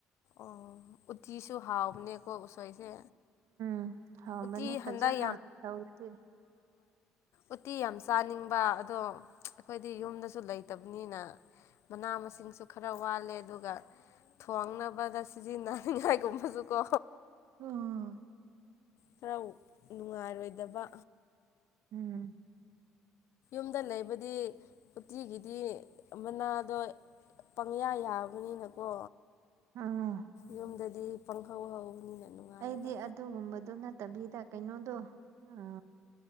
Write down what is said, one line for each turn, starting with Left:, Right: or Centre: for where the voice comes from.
Left: ꯑꯣ ꯎꯠꯇꯤꯁꯨ ꯍꯥꯎꯕꯅꯦꯀꯣ ꯎꯁꯣꯏꯁꯦ
Right: ꯎꯝ ꯍꯥꯎ
Left: ꯎꯇꯤ
Right: ꯃꯅꯤ ꯐꯖꯅ
Left: ꯍꯟꯗꯛ
Right: ꯇꯧꯗ
Left: ꯎꯠꯇꯤ ꯌꯥꯝ ꯆꯥꯅꯤꯡꯕ ꯑꯗꯣ ꯑꯩꯈꯣꯏꯗꯤ ꯌꯨꯝꯗꯁꯨ ꯂꯩꯇꯕꯅꯤꯅ ꯃꯅꯥ ꯃꯁꯤꯡꯁꯨ ꯈꯔ ꯋꯥꯠꯂꯦ ꯑꯗꯨꯒ ꯊꯣꯡꯅꯕ ꯗ ꯁꯤꯗꯤꯅꯅꯤ ꯉꯥꯏ ꯀꯨꯝꯕꯁꯨꯀꯣ
Right: ꯑꯥ <unintelligible> <inaudible>
Left: ꯈꯔ ꯅꯨꯡꯉꯥꯏꯔꯣꯏꯗꯕ
Right: ꯎꯝ
Left: ꯌꯨꯝꯗ ꯂꯩꯕꯗꯤ ꯎꯇꯤꯒꯤꯗꯤ ꯃꯅꯥꯗꯣ ꯄꯪꯌꯥ ꯌꯥꯕꯅꯤꯅꯀꯣ
Right: ꯎꯝ
Left: ꯌꯨꯝꯗꯗꯤ ꯄꯪꯍꯧ ꯍꯧꯕꯅꯤꯅ ꯅꯨꯡꯉꯥꯏꯕ
Right: ꯑꯩꯗꯤ ꯑꯗꯨꯒꯨꯝꯕꯗꯨ ꯅꯠꯇꯕꯤꯗ ꯀꯩꯅꯣꯗꯣ ꯑ